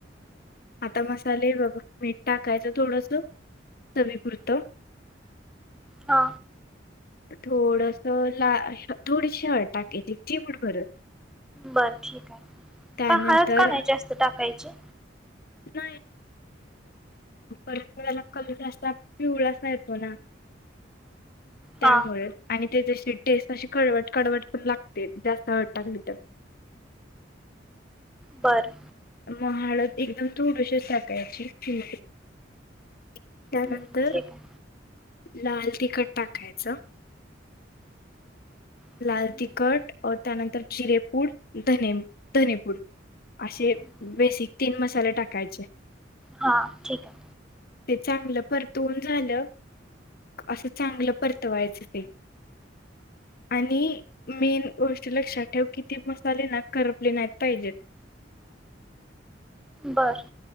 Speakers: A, on the left; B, in the centre.
A: आता मसाले बघ मीठ टाकायचं थोडस चवीपुरत
B: हा
A: थोडस ला थोडी शट टाकायची चिमड कररत
B: बर ठीक आहे
A: त्यानंतर
B: का हळद का नाही जास्त टाक कायचे
A: नाही परतला कलर जा पिवळासा येतो ना त्यामुळे
B: हा
A: आणि ते टेस्ट अशी कळवट कळवट पण लागते जास्त हळ टाकली तर
B: बरं
A: म हळद एकदम थोडस साकायची चिमडी त्यानंतर
B: हम्म, ठीक आहे
A: लाल तिखट टाकायचं
B: हम्म,
A: लाल तिखट त्यानंतर जिरेपूड धने धनेपूड असे
B: हम्म.
A: बेसिक तीन मसाले टाकायचे
B: हा ठीक आहे
A: ते चांगलं परतवून झालं असं चांगलं परतवायचं ते आणि मेन गोष्ट लक्षात ठेव कि ते मसाले ना करपले नाहीत पाहिजेत
B: बर